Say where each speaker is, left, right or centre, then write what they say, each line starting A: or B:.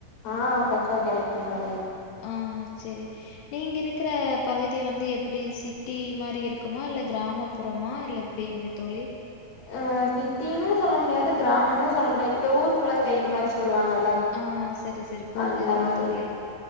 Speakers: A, on the left (about 50°); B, on the left (about 80°).
A: ஆஹ் ஃப்ரெஷ்ஷா கிடைக்கு தொழ
B: ஆஹ் சரி நீங்க இருக்கிற பகுதி வந்து எப்படி சிட்டி மாதிரி இருக்குமா இல்ல கிராமப்புறமா இல்ல எப்படிங்க தோழி
A: அஹ சிட்டினும் சொல்ல முடியாது கிராமமும் சொல்ல முடியாது ஊருக்குள்ள சைடு
B: ம்
A: மாதிரி சொல்லுவாங்க
B: ஆ செரி செரி புரிஞ்சுதுங்க
A: அந்த மாதிரி
B: தோழி